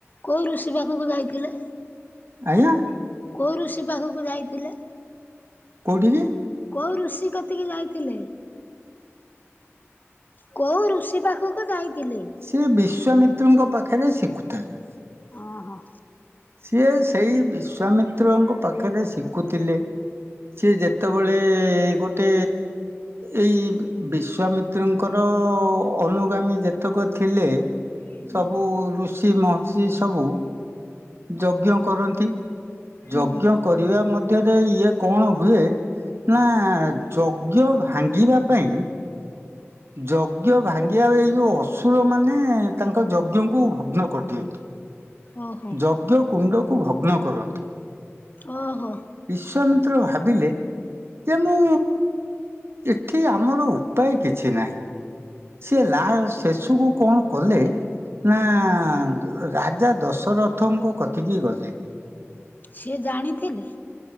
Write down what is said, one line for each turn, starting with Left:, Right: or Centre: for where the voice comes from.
Left: କୋଉ ଋଷି ପାଖକୁ ଯାଇଥିଲେ?
Right: ଆଜ୍ଞା।
Left: କୋଉ ଋଷି ପାଖକୁ ଯାଇଥିଲେ?
Right: କୋଉଠିକି
Left: କୋଉ ଋଷି କତିକି ଯାଇଥିଲେ? କୋଉ ଋଷି ପାଖକୁ ଯାଇଥିଲେ?
Right: ସିଏ ବିଶ୍ଵାମିତ୍ରଙ୍କ ପାଖେରେ ଶିଖୁଥେଲେ।
Left: ଅଁ ହଁ।
Right: ସିଏ ସେଇ ବିଶ୍ଵାମିତ୍ରଙ୍କ ପାଖରେ ଶିକୁଥିଲେ। ସିଏ ଯେତେବେଳେ ଗୋଟେ ଏଇ ବି ବିଶ୍ଵାମିତ୍ରଙ୍କର ଅନୁଗାମୀ ଯେତକ ଥିଲେ
Left: ହୁଁ
Right: ସବୁ ଋଷି ମହର୍ଷି ସବୁ। ଯଜ୍ଞ କରନ୍ତି
Left: ହୁଁ
Right: ଯଜ୍ଞ କରିବା ମଧ୍ୟରେ ଏ ଇଏ କଣ ହୁଏ ନା ଯଜ୍ଞ ଭାଙ୍ଗିବା ପାଇଁ ଯଜ୍ଞ ଭାଙ୍ଗିବା ବେଳେ ଏଇ ଯୋଉ ଅସୁରମାନେ ତାଙ୍କ ଯଜ୍ଞଙ୍କୁ ଭଗ୍ନ କରିଦିଅ
Left: ଓହୋ।
Right: ଯଜ୍ଞ କୁଣ୍ଡକୁ ଭଗ୍ନ କରନ୍ତି।
Left: ଓହୋ।
Right: ବିଶ୍ଵାମିତ୍ର ଭାବିଲେ ଯେ ମୁଁ ଏଠି ଆମର ଉପାୟ କିଛି ନାହିଁ। ସିଏ ଲା ଶେଷକୁୁ କଣ କଲେ ନା ଦ- ରାଗ ଜା ଦଶରଥଙ୍କ କତିିକି ଗଲେ।
Left: ସିଏ ଜାଣିଥିଲେ?